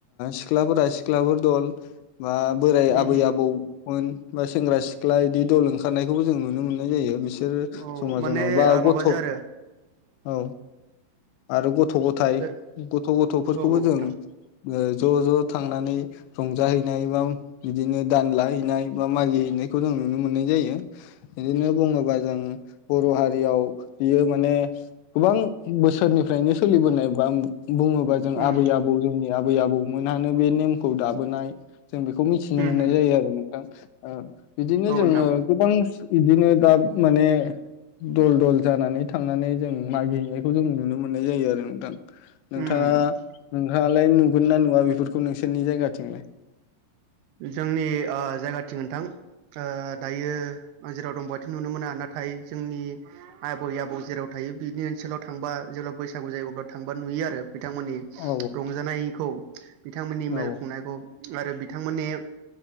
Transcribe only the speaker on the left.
सिख्लाफोरा सिख्लाफोर दल। बा बोराय
आबै
आबौमोन, बा सेंग्रा सिख्ला बिदि दल ओंखारनायखौबो जों नुनो मोनो। मोन्नाय जायो बिसोर
समाजनाव
बा
गथ, '
औ। आरो गथ' गथाय,
गथ' गथ'फोरखौबो
जों ओ ज' ज' थांनानै रंजाहैनाय बा बिदिनो दान लाहैैनाय बा मागि हैैनाय खौ जों नुनो मोननाय जायो। बिदिनो बुङोबा जों बर' हारियाव बियो माने गोबां बोसोरनिफ्राय नो सोलिबोनाय बा बुङोबा जों
आबै आबौ जोंनि आबै आबौमोनहानो बे नेमखौ दाबोनाय। जों बेखौ मिथिनो
मोननाय
जायो आरो नोंथां। ओ बिदिनो
जोङो गोबां बिदिनो दा माने दल दल जानानै थांनानै जों मागिहैनायखौ जों नुनो मोननाय जायो आरो नोंथां। नोंथाङा
नोंथाङालाय नुगोन ना नुवा बेफोरखौ खौ नोंसोरनि जायगाथिंलाय?
औ
औ